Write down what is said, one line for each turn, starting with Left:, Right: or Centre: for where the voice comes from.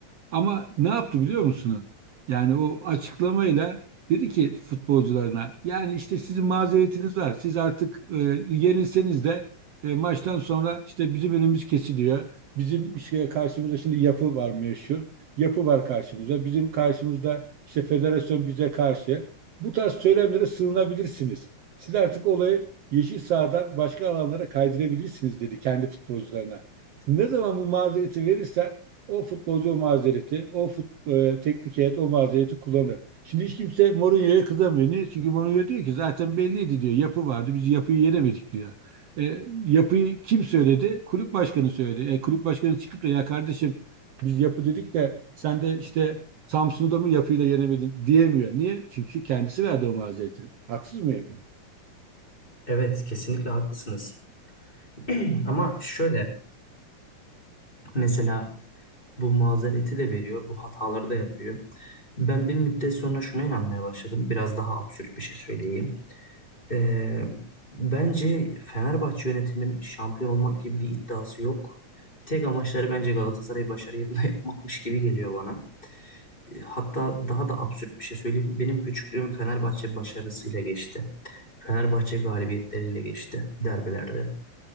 Right: Ama ne yaptı biliyor musunuz? Yani o açıklamayla dedi ki futbolcularına yani işte sizin mazeretiniz var. Siz artık e, yenilseniz de e, maçtan sonra işte bizim önümüz kesiliyor. Bizim bir şeye karşımıza şimdi yapı var meşhur. Yapı var karşımıza. Bizim karşımızda işte federasyon bize karşı. Bu tarz söylemlere sığınabilirsiniz. Siz artık olayı yeşil sahadan başka alanlara kaydırabilirsiniz dedi kendi futbolcularına. Ne zaman bu mazereti verirsen o futbolcu o mazereti, o fut, e, teknik heyet o mazereti kullanır. Şimdi hiç kimse Mourinho'ya kızamıyor. Niye? Çünkü Mourinho diyor ki zaten belliydi diyor. Yapı vardı. Biz yapıyı yenemedik diyor. E, yapıyı kim söyledi? Kulüp başkanı söyledi. E, kulüp başkanı çıkıp da ya kardeşim biz yapı dedik de sen de işte Samsun'u da mı yapıyla yenemedin diyemiyor. Niye? Çünkü kendisi verdi o mazereti. Haksız mıyım?
Left: Evet kesinlikle haklısınız. <clears throat> Ama şöyle mesela bu mazereti de veriyor, bu hataları da yapıyor. Ben bir müddet sonra şuna inanmaya başladım. Biraz daha absürt bir şey söyleyeyim. Ee, bence Fenerbahçe yönetimin şampiyon olmak gibi bir iddiası yok. Tek amaçları bence Galatasaray'ı başarıyla <laughs> yapmakmış gibi geliyor bana. Ee, Hatta daha da absürt bir şey söyleyeyim. Benim küçüklüğüm Fenerbahçe başarısıyla geçti. Fenerbahçe galibiyetleriyle geçti derbilerde.